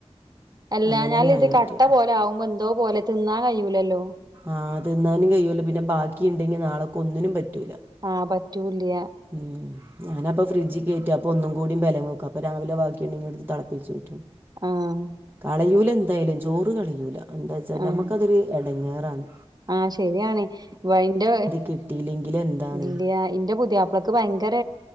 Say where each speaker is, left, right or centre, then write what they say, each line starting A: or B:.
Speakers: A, on the right; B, on the right.
A: അല്ലാഞാൽ
B: അങ്ങനെ ഞാൻ
A: ഇത്
B: വയ്ക്കും
A: കട്ട പോലെ ആകുമ്പോ എന്തോ പോലെ തിന്നാൻ കഴിയൂലല്ലോ.
B: ആഹ് തിന്നാനും കഴിയൂലാ പിന്നെ ബാക്കിണ്ടെങ്കിൽ നാളെക്ക് ഒന്നിനും പറ്റൂലാ.
A: ആഹ് പറ്റൂല്ല.
B: ഉം ഞാനപ്പം ഫ്രിഡ്ജ് കേറ്റി ഒന്നും കൂടി ബലം വെക്കും അപ്പോ രാവിലെ ബാക്കിണ്ടെങ്കി ഇട്ത്ത് തളപ്പിച്ചൂറ്റും.
A: ഉം.
B: കളയൂല ന്തായാലും ചോറ് കളയൂല എന്താച്ചാ
A: ആഹ്
B: ഞമ്മക്കതൊരു എടങ്ങേറാണ്.
A: ആഹ് ശരിയാണ് വ ഇന്റെ
B: കിട്ടിയില്ലെങ്കിൽ എന്താണ്
A: ഇല്ല്യാ ഇന്റെ പുതിയാ ക്ക് ഭയങ്കര